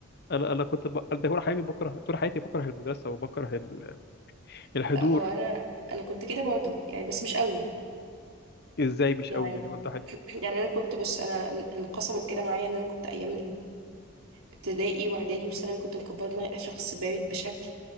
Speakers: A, on the left; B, on the right.
A: انا انا كنت ب... ده طول حياتي بكره طول حياتي بكره المدرسه وبكره ال...
B: <laughs>
A: الحضور
B: لا ما هو انا انا كنت كده برضو يعني بس مش قوي
A: ازاي مش
B: يعني
A: قوي يعني وضحي
B: <clears throat> يعني انا كنت بص انا ان- انقسمت كده معايا ان انا كنت ايام الابتدائي واعدادي وثانوي كنت مكبره دماغي شخص بارد بشكل